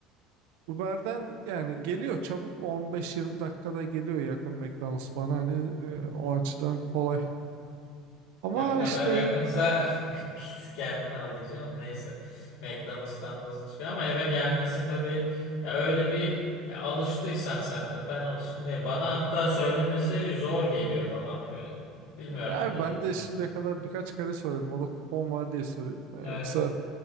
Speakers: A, on the right; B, on the left.
A: Uber'den yani geliyor çabuk 15-20 dakikada geliyor yakın McDonald's bana hani e,
B: Uber.
A: o açıdan kolay. Ama
B: Ya o kadar
A: işte
B: yakınsa <laughs> git kendini al diyeceğim. ama Neyse. McDonald's'tan da hızlı çıkıyor ama eve gelmesi tabii ya öyle bir ya alıştıysan sen tabii ben alışkın değilim. Bana hatta söylemesi zor geliyor falan böyle. Bilmiyorum,
A: Yani
B: ilginç.
A: ben de şimdiye kadar birkaç kere söyledim. O da kupon var diye söyledim. Ben.
B: Evet.
A: Yoksa